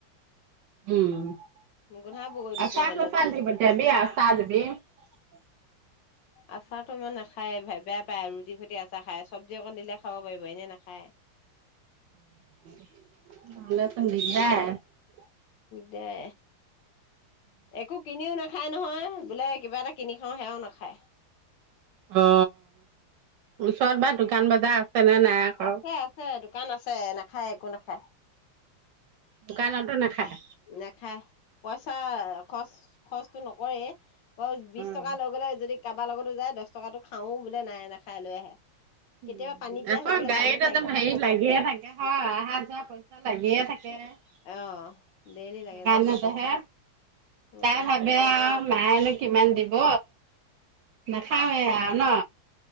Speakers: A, on the right; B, on the left.
A: উম
B: গোন্ধাবগৈ দুপৰীয়ালৈ আচাৰটো ইমান নাখায় বেয়া পায় আৰু ৰুটি খুটি আচাৰ খায়, চব্জি অকণ দিলে খাব পাৰিব এনে নাখায়।
A: উম। <unintelligible>
B: দে। একো কিনিও নাখায় নহয়। বোলে কিবা এটা কিনি খাওঁ, সেয়াও নাখায়।
A: অ, ওচৰত বা দোকান, বজাৰ আছে, নে নাই আকৌ?
B: আছে আছে দোকান আছে, নাখায় একো নাখায়।
A: দোকানতো নাখায়।
B: নেখায়, পইচা খৰচ, খৰচটো নকৰে। অ, বিশ
A: উম।
B: টকা লৈ গলে যদি কাৰোবাৰ লগতো যায়, দহ টকাতো খাওঁ বোলে নাই না খাই লৈ আহে।
A: উ
B: কেতিয়াবা পানী পিয়াহ
A: আকৌ
B: লাগিলে
A: গাড়ীত
B: পানী খাইগৈ
A: যে হেৰি লাগিয়ে থাকে হয় অহা যোৱা পইচা লাগিয়ে থাকে। সেইকাৰণেতেহে
B: অ ডেইলি লাগে যে উম
A: তাই ভাবে আৰু মায়নো কিমান দিব? নাখামেওঁ ন!